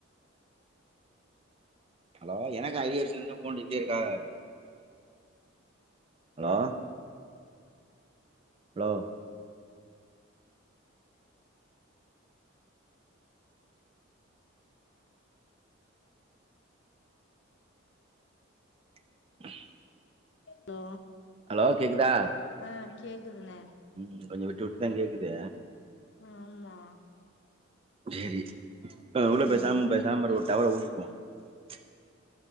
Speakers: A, on the right; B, on the left.
A: ஹலோ எனக்கு ஐ டி எஃப் சி ல இருந்து ஃபோண்டுட்டே இருக்காங்க ஹாலோ ஹலோ <inaudible>
B: ஹலோ
A: ஹலோ கேக்குதா
B: ஆ கேக்குதுன
A: ம் கொஞ்சோ விட்டு விட்டுதா கேக்குது
B: ஆமா
A: சரி <unintelligible>
B: ம்
A: தவள <unintelligible>